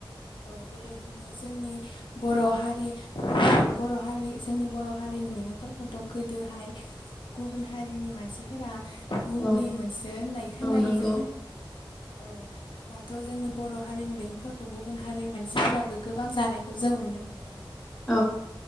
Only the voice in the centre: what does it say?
औ
औ नंगौ
औ